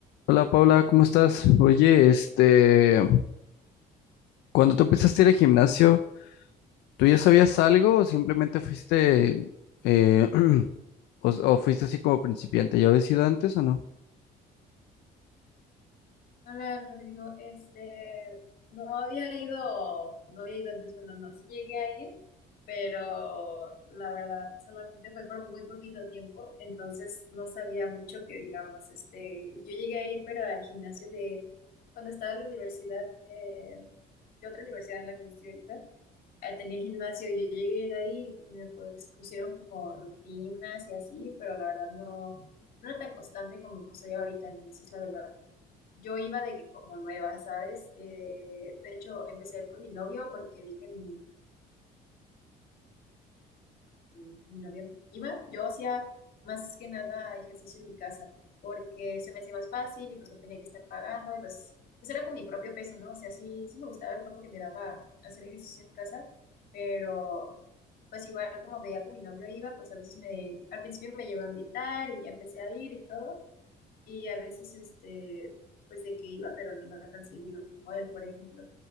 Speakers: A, on the left (about 80°); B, on the left (about 60°).
A: Hola Paula, ¿cómo estás? Oye, este, cuando tú empezaste a ir al gimnasio, ¿tú ya sabías algo o simplemente fuiste, eh, <clears throat> o, o fuiste así como principiante? ¿Ya habías ido antes o no?
B: Hola Rodrigo, este, no había ido, no había ido antes, bueno, no, sí llegué a ir, pero la verdad solamente fue por muy poquito tiempo, entonces no sabía mucho que digamos, este, yo llegué a ir, pero al gimnasio de, cuando estaba en la universidad, eh, de otra universidad en la que no estoy ahorita, eh, tenía gimnasio, yo llegué a ir ahí y me pues, pusieron como rutinas y así, pero la verdad no, no era tan constante como soy ahorita, entonces la verdad yo iba de que como nueva, ¿sabes? Eh, de hecho, empecé a ir con mi novio porque vi que mi, mi novio iba. Yo hacía más que nada ejercicio en mi casa porque se me hacía más fácil y pues no tenía que estar pagando y pues, pues era con mi propio peso, ¿no? O sea, sí, sí me gustaba el cuerpo que me daba hacer ejercicio en casa, pero pues igual como veía que mi novio iba, pues a veces me, al principio me llegó a invitar y ya empecé a ir y todo. Y a veces, este, pues de que iba, pero no iba tan seguido como él, por ejemplo.